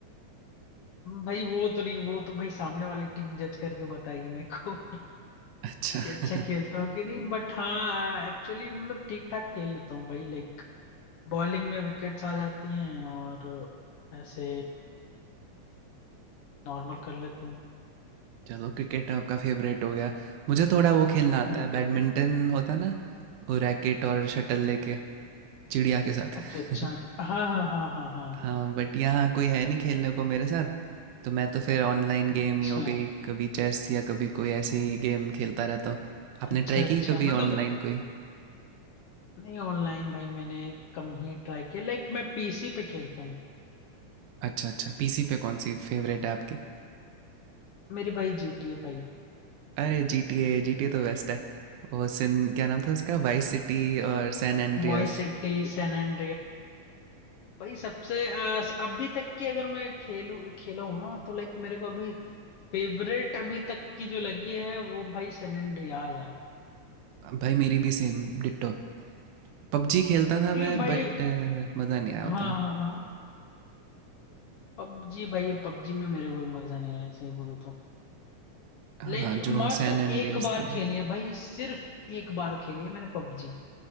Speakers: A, on the left (about 80°); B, on the right (about 85°).
A: भाई वो तो नहीं वो तो भाई सामने वाली टीम जज करके बताएगी मेरे को <laughs>
B: अच्छा
A: कि अच्छा
B: <laughs>
A: खेलता हूँ कि नहीं बट हाँ एक्चुअली मतलब ठीक ठाक खेल लेता हूँ भाई लाइक बॉलिंग में विकेट्स आ जाती हैं और ऐसे नॉर्मल कर लेता हूँ
B: चलो क्रिकेट आपका फेवरेट हो गया मुझे थोड़ा वो खेलना आता
A: हम्म
B: है
A: हम्म।
B: बैडमिंटन होता है ना वो रैकेट और शटल लेके चिड़िया के साथ
A: अच्छा अच्छा
B: <laughs>
A: हाँ हाँ हाँ हाँ हाँ
B: हाँ बट यहाँ कोई है नहीं खेलने को मेरे साथ तो मैं तो फिर ऑनलाइन
A: अच्छा
B: गेम ही हो गई कभी चेस या कभी कोई ऐसी गेम खेलता रहता हूँ आपने
A: अच्छा
B: ट्राई
A: अच्छा
B: की कभी
A: मतलब
B: ऑनलाइन कोई
A: नहीं ऑनलाइन भाई मैंने कम ही ट्राई किया लाइक मैं पीसी पे खेलता हूँ
B: अच्छा अच्छा पीसी पे कौन सी फेवरेट है आपकी
A: मेरी भाई जी टी ए फाइव
B: अरे G T A G T A तो बेस्ट है वो सिन क्या नाम था उसका वाइस सिटी और सैन एंड्रियास
A: वॉइस सिटी सैन भाई सबसे अ, अभी तक की अगर मैं खेलू खेला हूँ ना तो लाइक मेरे को अभी फेवरेट अभी तक की जो लगी है वो भाई सैन एंड्रियाज है
B: भाई मेरी भी सेम डिट्टो पबजी खेलता था
A: क्योंकि
B: मैं
A: भाई
B: बट मज़ा नहीं आया
A: हाँ
B: उतना
A: हाँ हाँ पबजी भाई पबजी में मेरे कोई मजा नहीं है सही बोलो तो
B: हाँ
A: लाइक
B: जो
A: मात्र
B: सैन एंड्रियास
A: एक बार
B: थी ना
A: खेली है भाई सिर्फ एक बार खेली है मैंने पबजी